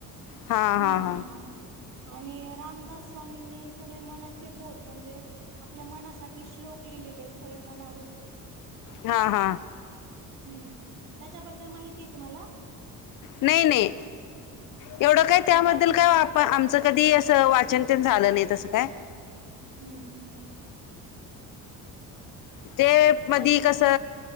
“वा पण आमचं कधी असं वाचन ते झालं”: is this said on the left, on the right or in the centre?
Left